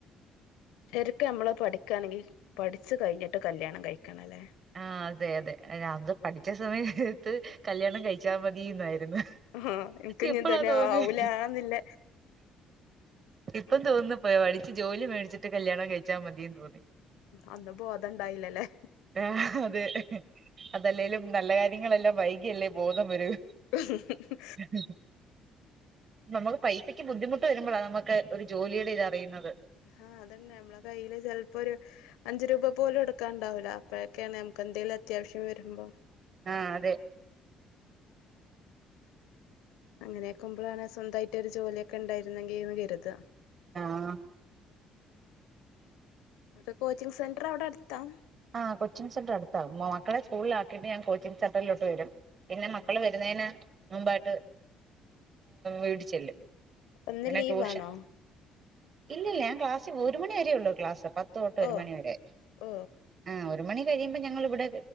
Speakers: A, on the left; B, on the right.
A: ശരിക്ക് നമ്മള് പഠിക്കാണെങ്കി പഠിച്ച് കഴിഞ്ഞിട്ട് കല്യാണം കഴിക്കണ ലേ
B: ആ അതെയതെ അന്ന് പഠിച്ച സമയത്ത് കല്യാണം കഴിച്ചാ മതീന്നായിര്ന്ന്
A: ആഹ് എനിക്ക് ഇനി
B: ഇപ്പളാ
A: ഇതന്നെ
B: തോന്നിയെ
A: ആവൂലാന്നില്ല
B: ഇപ്പം തോന്നുന്ന്പ്പോ പഠിച്ച് ജോലി മേടിച്ചിട്ട് കല്യാണം കഴിച്ചാ മതീന്ന് തോന്നി
A: അന്ന് ബോതണ്ടായില്ല ലെ
B: ആഹ് അത് അതല്ലേലും നല്ല കാര്യങ്ങളെല്ലാം വൈകിയല്ലേ ബോധംവരൂ
A: ഹ്-ഹ്-ഹ്-ഹ്
B: <unintelligible> നമ്മക്ക് പൈസക്ക് ബുദ്ധിമുട്ട് വരുമ്പളാ നമ്മക്ക് ഒരു ജോലിയുടെ ഇതറിയുന്നത്
A: ആഹ് അതന്നെ നമ്മളെ കയ്യില് ചെൽ പ്പൊര് അഞ്ച് രൂപ പോലും എടുക്കാൻ ണ്ടാവൂല്ല അപ്പോഴൊക്കെയാണ് നമുക്കെന്തെലും അത്യാവശ്യം വരുമ്പം
B: ആഹ് അതെ
A: അങ്ങനെയ്ക്കുമ്പളാണ് സ്വന്തായിട്ടൊരു ജോലിയൊക്കെ ണ്ടായിരുന്നെങ്കീന്ന് കരുത
B: ആഹ്
A: അട്ത്തെ കോച്ചിങ്ങ് സെന്ററവിടട്ത്താ
B: ആഹ് കൊച്ചിങ്ങ് സെന്ററടുത്താ മക്കളെ സ്കൂളിലാക്കിട്ട് ഞാൻ കോച്ചിങ്ങ് സെന്ററിലോട്ട് വരും പിന്നെ മക്കള്
A: ആഹ്
B: വരുന്നേയിന് മുമ്പായിട്ട് വീട്ടി ചെല്ലും
A: ഇന്ന്
B: അനെ
A: ലീവാണോ
B: ട്യൂഷൻ ഇല്ലല്ല ഞാൻ ക്ലാസ്സി ഒരു മണി വരെയുള്ളൂ ക്ലാസ്സ് പ ത്ത് തൊട്ട്
A: ഓ
B: ഒരു മണിവരെ
A: ഓ
B: ആഹ് ഒരു മണി കഴിയുമ്പം ഞങ്ങളിവിടെ